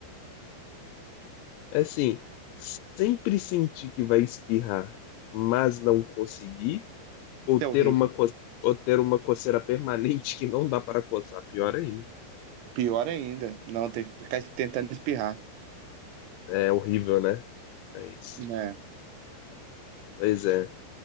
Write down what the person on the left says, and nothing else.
É Assim, sempre sentir que vai espirrar, mas não conseguir,
ou ter
uma coceira, ou ter uma coceira permanente que não dá para coçar. Pior ainda.
É horrível, né? Mas,
pois é.